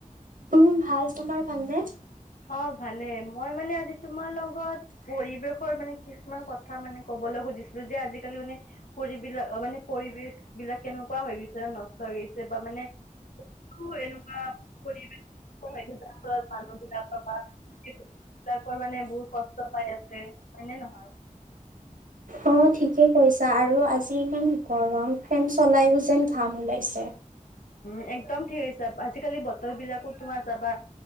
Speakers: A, on the right; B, on the left.
A: উম ভাল তোমাৰ ভাল নে।
B: <inaudible> অ ভালে মই মানে আজি তোমাৰ লগত পৰিৱেশৰ মানে কিছুমান কথা মানে কবলৈ। সুধিছিলো যে আজিকালি মানে পুৰবিলাক অ মানে পৰিৱেশ বিলাক কেনেকুৱা হৈ গৈছে ন নষ্ট হৈ গৈছে। বা মানে, বো এনেকুৱা পৰিৱেশ যাৰ ফলত মানুহ বিলাকৰ বা বিলাকৰ মানে বহুত কষ্ট পাই আছে হয়নে নহয়। <inaudible>
A: অ ঠিকে কৈছা আৰু আজি ইমান গৰম ফেন চলাইও যেন। ঘাম ওলাইছে।
B: উম একদম ঠিক আজিকালি বতৰ বিলাকো তোমাৰ চাবা